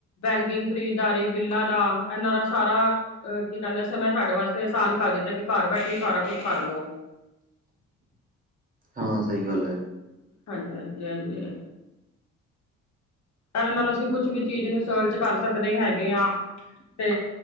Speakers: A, on the left (about 65°); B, on the right (about 30°).
A: ਬੈਂਕਿੰਗ, ਖਰੀਦਦਾਰੀ, ਬਿੱਲਾਂ ਦਾ, ਇਹਨਾਂ ਦਾ ਸਾਰਾ ਅਹ ਕੀ ਕਹਿੰਦਾ ਸੀ ਮੈਂ, ਸਾਡੇ ਵਾਸਤੇ ਅਸਾਨ ਕਰ ਦਿੱਤਾ ਕਿ ਘਰ ਬੈਠੇ ਹੀ ਸਾਰਾ ਕੁੱਛ ਕਰ ਲੋ।
B: ਹਾਂ, ਸਈ ਗੱਲ ਐ।
A: ਹਾਂਜੀ, ਹਾਂਜੀ, ਹਾਂਜੀ ਘਰ ਨਾਲੋ ਅਸੀਂ ਕੁਛ ਵੀ ਚੀਜ ਨੂੰ ਸਰਚ ਕਾਰ ਸਕਦੇ ਹੈਗੇ ਆਂ ਤੇ